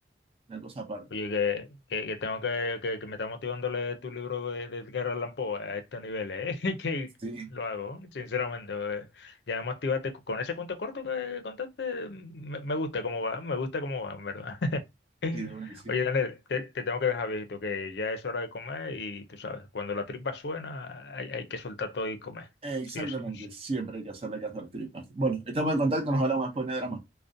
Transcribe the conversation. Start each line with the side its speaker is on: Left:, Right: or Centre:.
Right: una cosa aparte.
Left: Oye, que, que, que tengo que, que, que me está motivando a leer tu libro de, de Edgar Allan Poe a estos niveles, ¿eh? <laughs> Que
Right: Sí,
Left: lo hago, sinceramente. eh. Ya me activaste co- con ese cuento corto que contaste. Me, me gusta cómo va, me gusta cómo va, en verdad. <laughs>
Right: sí, de una que sí.
Left: Oye, Daniel, te, te tengo que dejar, viejito, que ya es hora de comer y tú sabes, cuando la tripa suena, hay, hay que soltar todo y comer,
Right: Eh, Exactamente,
Left: sí o sí.
Right: siempre hay que hacerle caso a las tripas. Bueno, estamos en contacto, nos hablamos después de drama.